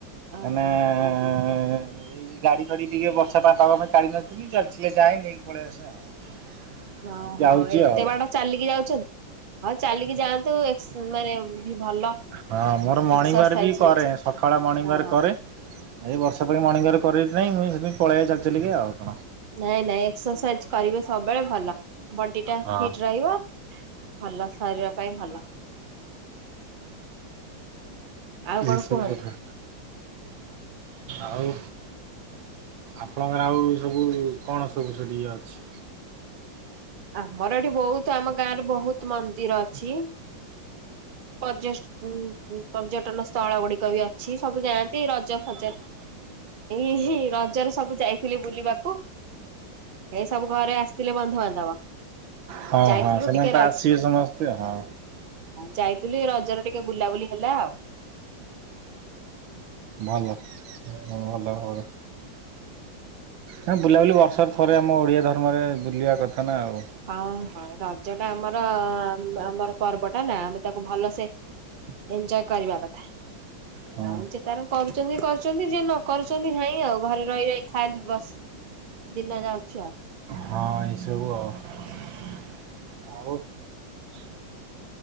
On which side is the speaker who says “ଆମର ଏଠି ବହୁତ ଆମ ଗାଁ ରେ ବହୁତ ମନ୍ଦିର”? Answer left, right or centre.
Right